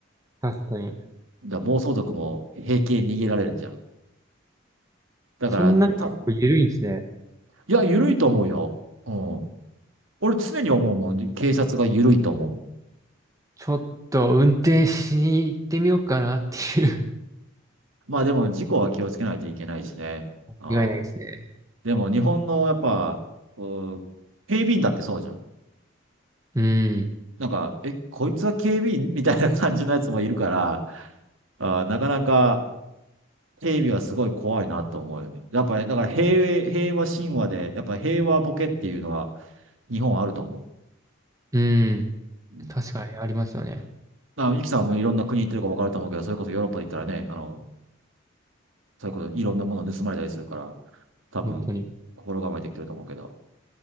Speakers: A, on the right; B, on the right.
A: 確かに。
B: だから暴走族も平気で逃げられるんじゃん。だから、
A: そんなに結構緩いんですね。
B: た、いや、緩いと思うよ。うん。俺常に思うもん。警察が緩いと思う。
A: ちょっと運転しに行ってみようかなっていう。
B: まあでも事故は気をつけないといけないしね。
A: <laughs>
B: ああ
A: 違いないですね。
B: でも日本のやっぱ、うー警備員だってそうじゃん。
A: うん、
B: なんか、え、こいつは警備員みたいな感じのやつもいるから、ああなかなか警備はすごい怖いなと思うよね。やっぱり、だから平、平和神話で、やっぱ平和ボケっていうのは日本はあると思う。
A: うん、
B: うん
A: 確かにありますよね。
B: まあ、ゆきさんもいろんな国行ってるか分かると思うけど、それこそヨーロッパで行ったらね、あの、そういうこと、いろんなもの盗まれたりするから、多分、
A: 本当に。
B: 心構えてきてると思うけど、